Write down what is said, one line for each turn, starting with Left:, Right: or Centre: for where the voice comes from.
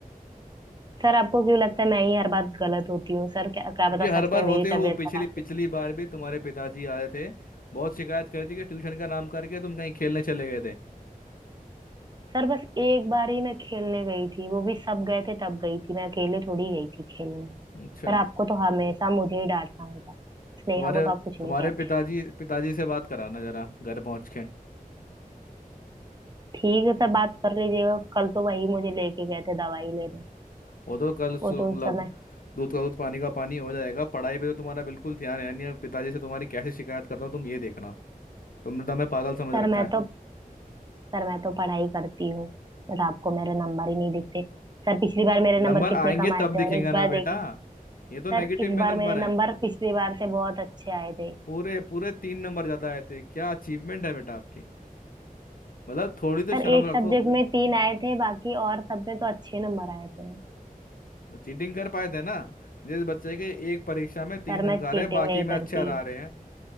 Right: सर आपको क्यों लगता है मैं ही हर बात गलत होती हूँ सर क्या क्या
Left: क्योंकि
Right: पता
Left: हर
Right: सच
Left: बार
Right: में
Left: होते
Right: मेरी
Left: हो
Right: तबीयत
Left: पिछली
Right: खराब
Left: पिछली
Right: थी
Left: बार भी तुम्हारे पिताजी आए थे बहुत शिकायत करती कि ट्यूशन का नाम करके तुम कहीं खेलने चले गए थे
Right: सर बस एक बार ही मैं खेलने गई थी वो भी सब गए थे तब गई थी मैं अकेले थोड़ी गई थी खेलने सर
Left: अच्छा
Right: आपको तो हमेशा मुझे ही डांटना होता है स्नेहा
Left: तुम्हारे
Right: को तो आप कुछ
Left: तुम्हारे
Right: नहीं कहते
Left: पिताजी
Right: हैं।
Left: पिताजी से बात कराना जरा घर पहुंच के
Right: ठीक है सर बात कर लीजिएगा कल तो वही मुझे लेके गए थे दवाई लेने
Left: वो तो कल सु-
Right: वो तो
Left: मतलब
Right: उस समय
Left: दूध का दूध पानी का पानी हो जाएगा पढ़ाई पे तो तुम्हारा बिल्कुल ध्यान है नहीं पिताजी से तुम्हारी कैसे शिकायत करता हूँ तुम ये देखना तुमने तो हमें पागल समझ रखा
Right: सर मैं
Left: है
Right: तो सर मैं तो पढ़ाई करती हूँ बट आपको मेरे नंबर ही नहीं दिखते सर पिछली बार मेरे नंबर
Left: नंबर आएंगे
Right: कितने कम आए
Left: तब दिखेगा
Right: थे और इस बार
Left: ना
Right: देखिए
Left: बेटा ये तो नेगेटिव
Right: सर इस
Left: में
Right: बार
Left: नंबर
Right: मेरे
Left: है
Right: नंबर पिछली बार से बहुत अच्छे आए थे
Left: पूरे पूरे तीन नंबर ज्यादा आए थे क्या अचीवमेंट है बेटा आपकी मतलब थोड़ी तो
Right: सर
Left: शर्म
Right: एक
Left: रखो
Right: सब्जेक्ट में तीन आए थे बाकी और सब में तो अच्छे नंबर आए थे
Left: चीटिंग कर पाए थे ना जिस बच्चे के एक परीक्षा में तीन
Right: सर
Left: अंक
Right: मैं चीटिंग
Left: आ रहे हैं बाकी
Right: नहीं
Left: में
Right: करती
Left: अच्छे आ रहे हैं